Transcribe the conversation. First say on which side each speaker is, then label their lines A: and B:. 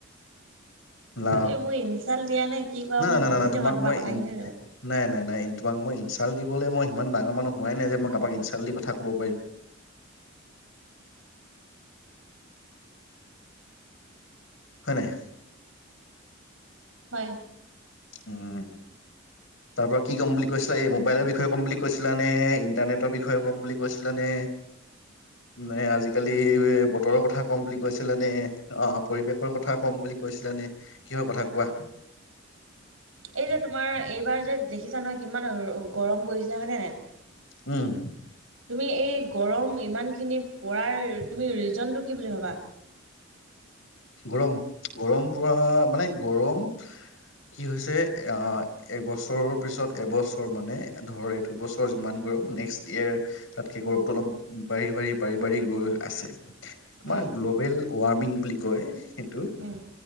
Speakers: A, on the left; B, on the right.
A: না
B: এই মোৰ ইনচাল্ট দিয়া নে কি কৰা
A: নাই নাই
B: মই
A: নাই
B: বুজি
A: নাই তোমাক
B: নাপাওঁ তোমাৰ
A: মই
B: কথাখিনি
A: ইন নাই - নাই - নাই, তোমাক মই ইনচাল্ট দিবলৈ মই ইমান ডাঙৰ মানুহ হোৱাই নাই যে মই কাৰোবাক ইনচাল্ট দি ক'ব পাৰিম। হয় নাই?
B: হয়।
A: উম, তাৰ পৰা কি ক'ম বুলি কৈছিলা এই মোবাইলৰ বিষয়ে ক'ম বুলি কৈছিলানে ইণ্টাৰনেটৰ বিষয়ে ক'ম বুলি কৈছিলানে নে আজিকালি বতৰৰ কথা কম বুলি কৈছিলে নে অ' পৰিৱেশ কথা ক'ম বুলি কৈছিলানে কিহৰ কথা কোৱা।
B: এই যে তোমাৰ এইবাৰ যে দেখিছা নহয় কিমান গৰম পৰিছে হয়নে নাই।
A: উম,
B: তুমি এই গৰম ইমানখিনি পৰাৰ তুমি ৰিজনটো কি বুলি ভাবা?
A: গৰম - গৰম পৰা মানে গৰম কি হৈছে আ, এবছৰৰ পিছত, এবছৰ মানে ধৰ এইটো বছৰ যিমান গৰম নেক্সট ইয়েৰ তাতকে গৰমটো অলপ বাঢ়ি - বাঢ়ি - বাঢ়ি - বাঢ়ি গৈ আছে আমাৰ
B: উম,
A: গ্ল'বেল ৱাৰ্মিং বুলি কয়, সেইটো
B: উম,